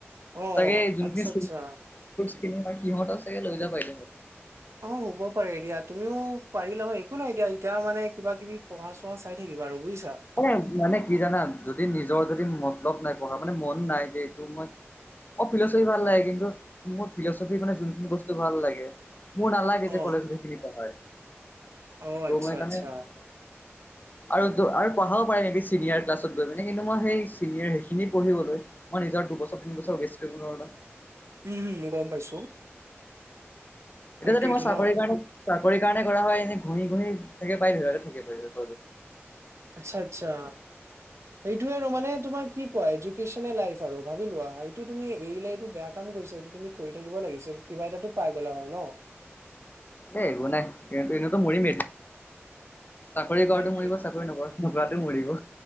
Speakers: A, on the right; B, on the left.
A: অ
B: চাগে যোনখিন-
A: আচ্ছা আচ্ছা
B: খিনি বা সিহঁতক চাগে লৈ যাব পাৰিলে হয়।
A: অ হ'ব পাৰে দিয়া তুমিও পাৰিলা হয়। একো নাই এতিয়া এতিয়া মানে কিবা কিবি পঢ়া চ়া চাই থাকিব। বাৰু বুইছ।
B: এ মানে কি জানা যদি নিজৰ যদি ম- অলপ নাই পঢ়া, মানে মন নাই যে এইটো মই অ ফিলচফি ভাল লাগে। কিন্তু মোৰ ফিলচফিৰ মানে যোনখিনি বস্তু ভাল লাগে। মোৰ নালাগে
A: অ
B: যে কলেজত এইখিনি পঢ়াই।
A: অ
B: ত
A: আচ্ছা
B: মই কাৰণে
A: আচ্ছা
B: আৰু আৰু পঢ়াও পাৰি নেবি চিনিয়ৰ ক্লাছত গৈ মানে, কিন্ত মই সেই চিনিয়ৰ সেইখিনি পঢ়িব মই নিজ দুবছৰ তিন বছৰ, ৱেষ্ট কৰিব নোৱাৰো ন।
A: উম হম গম পাইছো।
B: এতিয়া
A: সেইটোয়েইটো
B: যদি মই চাকৰি
A: ন
B: কাৰণে চাকৰি কাৰণে কৰা হয়, এনেই ঘঁহি ঘঁহি থাকে পাই ধ ল থাকে পাই যো-
A: আচ্ছা আচ্ছা। সেইটোৱে আৰু মানে তোমাৰ কি কোৱা এডুকেশ্বন লাইফ আৰু ভাবি লো। এইটো তুমি এ এইটো বেয়া কাম এইটো তুমি কৰি থাকিব লাগিছিল। কিবা এটাটো পাই গলা হয় ন।
B: এ একো নাই কিন্তু এনেতো মৰিমেই, চাকৰি
A: সেইটোৱে
B: কৰাটো মৰিব, চাকৰি নকৰা - টো মৰিব।